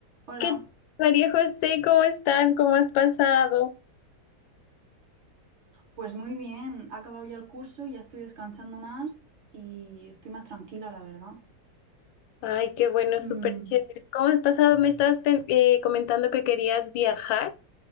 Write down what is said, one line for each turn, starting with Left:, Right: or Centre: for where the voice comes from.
Right: Hola,
Left: ¿Qué María José? ¿Cómo estás? ¿Cómo has pasado?
Right: pues muy bien, ha acabado ya el curso, ya estoy descansando más y estoy más tranquila, la verdad.
Left: Ay, qué bueno,
Right: Mm,
Left: súper chévere. ¿Cómo has pasado? Me estabas pen- eh, comentando que querías viajar